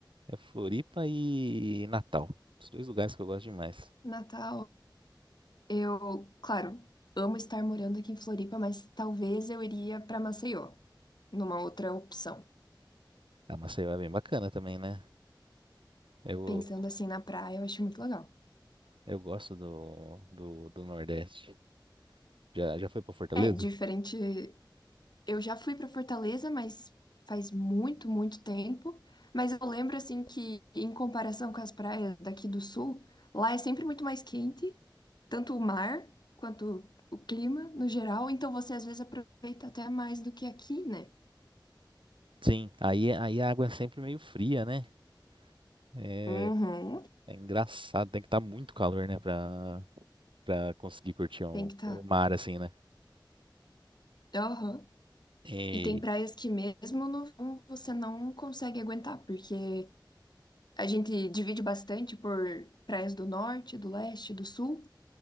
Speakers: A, on the right; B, on the left.
A: É Floripa e Natal. Os dois lugares que eu gosto demais.
B: Natal, eu, claro, amo estar morando aqui em Floripa, mas talvez eu iria para Maceió, numa outra opção.
A: A Maceió é bem bacana também, né? Eu,
B: Pensando assim na praia, eu acho muito legal.
A: eu gosto do, do, do Nordeste. Já, já foi pra Fortaleza?
B: É diferente. Eu já fui para Fortaleza, mas faz muito, muito tempo. Mas eu lembro assim que, em comparação com as praias daqui do sul, lá é sempre muito mais quente, tanto o mar quanto o clima no geral. Então você às vezes aproveita até mais do que aqui, né?
A: Sim. Aí, aí a água é sempre meio fria, né? É,
B: Uhum,
A: É engraçado, tem que estar muito calor, né, pra, pra conseguir curtir um,
B: tem que estar.
A: o mar assim, né?
B: Tá.
A: E,
B: E tem praias que mesmo no verão você não consegue aguentar, porque a gente divide bastante por praias do norte, do leste, do sul,